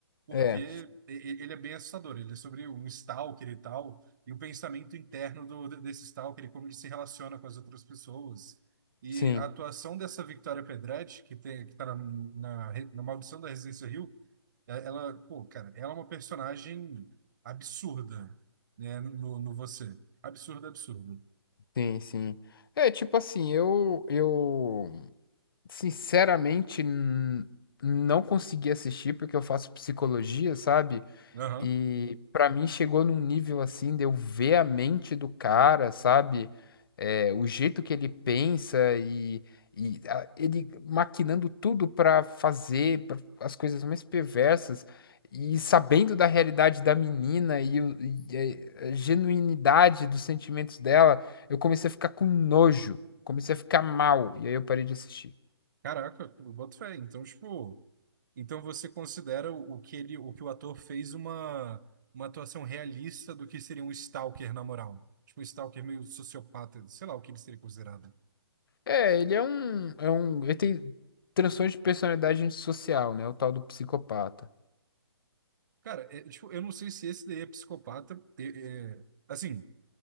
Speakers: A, on the right; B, on the left.
A: Porque
B: É,
A: e- e- ele é bem assustador, ele é sobre um stalker e tal, e o pensamento interno do, de- desse stalker, e como ele se relaciona com as outras pessoas. E
B: sim,
A: a atuação dessa Victoria Pedretti, que tem, que tá na, na, re- na Maldição da Residência Hill, ela, ela- pô, cara, ela é uma personagem absurda, né, no, no você. Absurda, absurda.
B: sim, sim. É, tipo assim, eu, eu sinceramente n- não consegui assistir porque eu faço psicologia, sabe?
A: Aham.
B: E pra mim chegou num nível assim de eu ver a mente do cara, sabe? É, o jeito que ele pensa e, e a- ele maquinando tudo pra fazer pra- as coisas mais perversas e sabendo da realidade da menina e, o- e a a genuinidade dos sentimentos dela, eu comecei a ficar com nojo, comecei a ficar mal e aí eu parei de assistir.
A: Caraca, eu boto fé. Então, tipo, então você considera o, o que ele, o que o ator fez uma, uma atuação realista do que seria um stalker na moral. Tipo, um stalker meio sociopata, sei lá o que ele seria considerado.
B: É, ele é um, é um, ele tem transtorno de personalidade antissocial, né? O tal do psicopata.
A: Cara, é, tipo, eu não sei se esse daí é psicopata, é, é, assim,